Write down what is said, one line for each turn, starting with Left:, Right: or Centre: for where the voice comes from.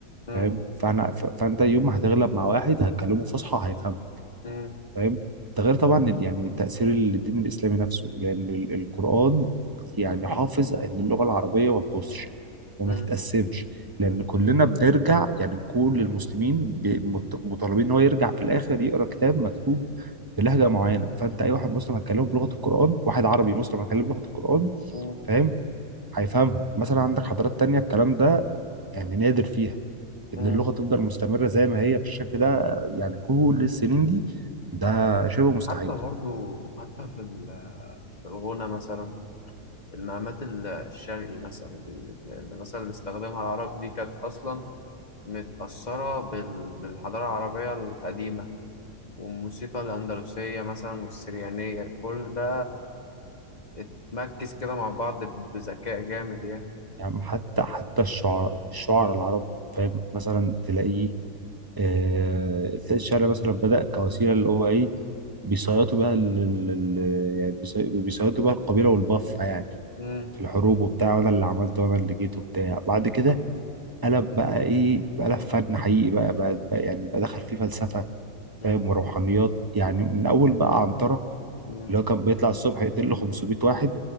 Left: مم.
Right: فاهم فاحنا ف... فانت يوم ما هتغلب مع واحد هتكلمه فصحى هيفهمك
Left: مم.
Right: فاهم ده غير طبعا ال- يعني تأثير الدين الإسلامي نفسه لأن ال- القرآن يعني
Left: مم.
Right: حافظ إن اللغة العربية ما تبصش وما
Left: مم.
Right: تتقسمش لأن
Left: مم.
Right: كلنا بنرجع يعني كل المسلمين بي- مط- مطالبين إن هو يرجع في الآخر يقرأ كتاب مكتوب بلهجة معينة فأنت أي واحد مسلم هتكلمه بلغة القرآن واحد عربي مسلم هتكلمه بلغة القرآن
Left: مم.
Right: فاهم هيفهمها مثلا عندك حضارات تانية الكلام ده يعني نادر فيها ان
Left: مم.
Right: اللغه تفضل مستمره زي ما هي بالشكل ده يعني كل السنين دي ده شبه مستحيل
Left: حتى برضو حتى في ال- في الغنى مثلا المقامات ال- الشرقي مثلا اللي مثلا اللي استخدمها العرب دي كانت أصلا متأثرة بال- بالحضارة العربية القديمة والموسيقى الأندلسية مثلا والسريانية كل ده اتمكس كده مع بعض بذكاء جامد يعني
Right: يعني حتى حتى الشعراء الشعراء العرب فاهم مثلا تلاقيه آه تلاقي الشعر مثلا بدأ كوسيله اللي هو ايه بيصيطوا بها ال- ال- ال- يعني بيصي- بيصيطوا بها القبيله والبفه يعني
Left: مم.
Right: في الحروب وبتاع وانا اللي عملته وانا اللي جيت وبتاع بعد كده قلب بقى ايه بقى قلب فن حقيقي بقى, بقى, بقى يعني بقى دخل فيه فلسفه
Left: مم.
Right: فاهم وروحانيات يعني من اول بقى عنترة
Left: مم.
Right: اللي هو كان بيطلع الصبح يقتل له 500 واحد